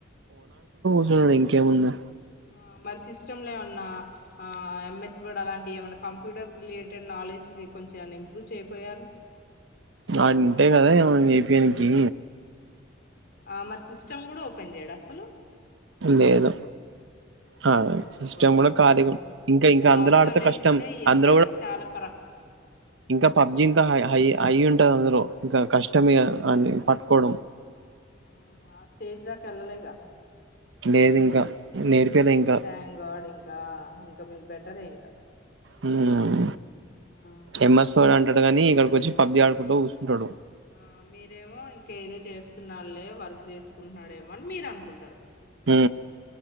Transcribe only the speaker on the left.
హ మరి సిస్టమ్ంలో ఏమన్నా ఆ ఎంఎస్ వర్డ్ అలాంటివి ఏమైన్నా కంప్యూటర్కి రిలేటెడ్ నాలెడ్జ్కి కొంచెంమనా ఇంప్రూవ్ చెయ్యకపోయారు
ఆ మరి సిస్టమ్ కూడా ఓపెన్ చేయడా అసలు
మై
గాడ్
చాలా
హాస్టల్
వేస్తేనే
ఈ
అబ్బాయికి
చాలా కరెక్ట్
ఆ ఆ స్టేజ్ దాకా వెళ్లలేదు గా
ఆ
థ్యాం గార్డ్ ఇంకా ఇంకా మీకు బెటరే ఇంకా
ఆ
మీరు
ఆ మీరేమో ఇంక ఏదో చేస్తున్నాళ్లే వర్క్ చేసుకుంటున్నాడేమో అని మీరు అనుకుంటారు